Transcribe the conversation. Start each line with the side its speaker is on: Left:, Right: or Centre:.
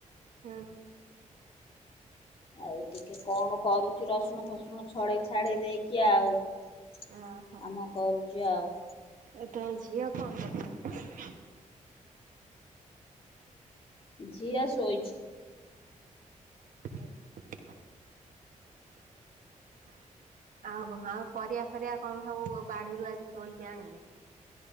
Right: ହଁ।
Left: ଆଉ ଟିକେ କଣ କରୁଛି ରସୁଣ ଫସୁଣ ଛଡେଇ ଛାଡେଇ ଦେଇକି ଆଉ। କମ
Right: ଓହୋ
Left: କରୁଛି ଆଉ।
Right: ଏ ତମ ଝିଅ କଣ କରୁଛନ୍ତି?
Left: ଝିଅ ଶୋଇଛି।
Right: ହ <unintelligible> ଆଉ କଣ ଆଉ ପରିବା ପରିବା କଣ ସବୁ ବାଡିରୁ ଆଜି ତୋଳିକି ଆଣିଲେ?